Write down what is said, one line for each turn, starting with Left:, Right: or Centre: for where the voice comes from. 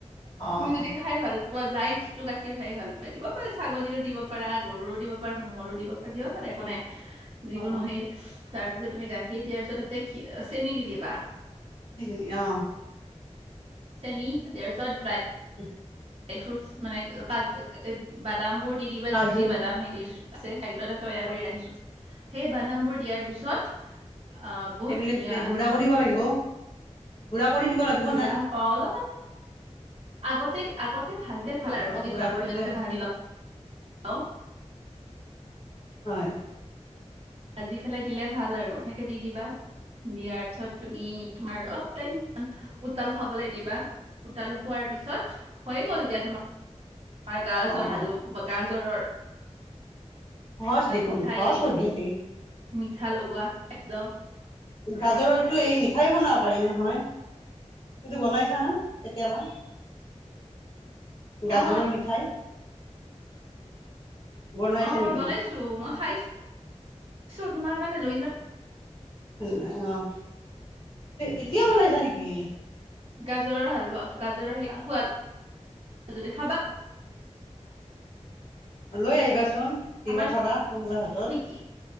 Left: অঁ
Right: তুমি
Left: অঁ
Right: যদি খাই ভাল। যাইছটো গাখীৰ খাই ভাল পাই দিব পাৰে ছাগলীৰো দিব পাৰা গৰুৰো দিব পাৰা ম'হৰো দিব পাৰা দিব পাৰে একো নাই যিকোনো
Left: অঁ
Right: সেই তাৰপিছত তুমি গাখীৰ দিয়াৰ পিছত তাতে চেনি দি দিবা
Left: ই অঁ!
Right: চেনি দিয়াৰ পিছত ড্ৰাই
Left: উম
Right: ড্ৰাই ফ্ৰুটছ মানে কাজু অ' বা বাদাম বোৰ দি দিবা
Left: কাজু
Right: যি যি বাদাম সেই আছে খাদ্য এটা তৈয়াৰ কৰি ৰাখিছো। সেই বাদাম বোৰ দিয়াৰ, তাৰ পিছত, আহ বহুত
Left: সেইবিলাক
Right: ধুনীয়া
Left: দি গুৰা কৰিব লাগিব। গুঢ়া কৰি দিব লাগিব
Right: গুড়া
Left: না,
Right: কৰ- অলপমান আগতে আগতে ভাজিয়ে ভাল আৰু
Left: অলপ
Right: যদি
Left: গুড়া কৰি দিলে
Right: আগতে ভাজি ল, হেল্'!
Left: হয়!
Right: ভাজি পেলাই দিলে ভাল আৰু এনেকে দি দিবা দিয়াৰ পিছত তুমি তোমাৰ অলপ টাইম উতল খাবলৈ দিবা উতাল হোৱাৰ পিছত হৈয়ে গ'ল দিয়া তোমাৰ। আমাৰ গাজৰ
Left: অ'
Right: হালো বা গাজৰৰ
Left: সহজ দেখোন
Right: মিঠাই
Left: সহজ পদ্ধতি
Right: মিঠা লগোৱা <unintelligible>
Left: গাজৰোটোএই মিঠাইয়ও বনাব পাৰিম নহয় সেইটো বনাইছানে কেতিয়াবা গাজৰৰ
Right: অ
Left: মিঠাই বনাইছা
Right: অঁ মই
Left: নেকি
Right: বনাইছো মই খাইছো তোমাৰ কাৰণে লৈ যাওঁ
Left: উম অ' এতিয়াও বনাইছা নেকি
Right: গাজৰৰ হালৱা গাজৰৰ সোৱাদ যদি খাবা
Left: লৈ আহিবাচোন দি
Right: খাবা
Left: পঠাবা কোনোবা হাতত
Right: নেকি